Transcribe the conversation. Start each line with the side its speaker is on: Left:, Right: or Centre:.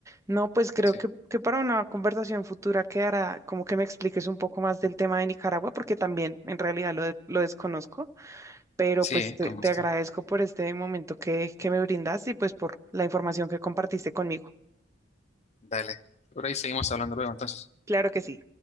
Right: No, pues creo
Left: Sí,
Right: que, que para una conversación futura quedará como que me expliques un poco más del tema de Nicaragua, porque también en realidad lo, de- lo desconozco, pero
Left: sí,
Right: pues
Left: eh,
Right: te,
Left: con
Right: te
Left: gusto.
Right: agradezco por este momento que, que me brindas y pues por la información que compartiste conmigo.
Left: Dale. Por ahí seguimos hablando luego, entonces.
Right: Claro que sí.